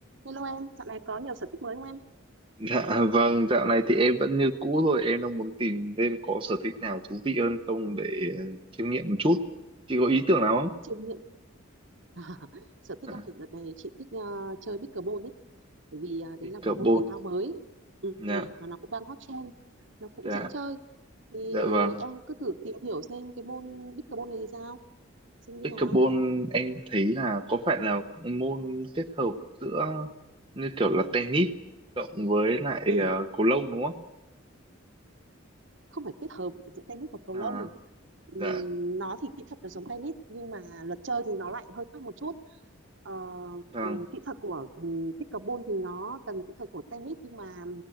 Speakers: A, on the right; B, on the right.
A: Hello em, dạo này có nhiều sở thích mới không em?
B: Dạ vâng, dạo này thì em vẫn như cũ thôi, em đang muốn tìm thêm có sở thích nào thú vị hơn không để ờ, chiêm nghiệm một chút. Chị có ý tưởng nào không?
A: Chiêm nghiệm <laughs> sở thích
B: À,
A: á, thì đợt này chị thích ờ, chơi pickleball ấy, bởi vì ờ,
B: pickleball.
A: đấy là một môn thể thao mới, ừ,
B: Dạ,
A: ừ, mà nó cũng đang hot trend, nó cũng
B: dạ,
A: dễ chơi. Thì
B: dạ vâng.
A: em cứ thử tìm hiểu xem cái môn pickleball này thì sao, xem như
B: Pickleball
A: nào.
B: em thấy là có phải là môn kết hợp giữa như kiểu là tennis cộng với lại
A: Ừ.
B: ờ, cầu lông đúng không?
A: không phải kết hợp giữa tennis và cầu
B: À,
A: lông Ừm,
B: dạ,
A: nó thì kỹ thuật nó giống tennis nhưng mà luật chơi thì nó lại hơi khác một chút Ờ,
B: vâng,
A: ừm, kỹ thuật của um, pickleball thì nó cần kỹ thuật của tennis nhưng mà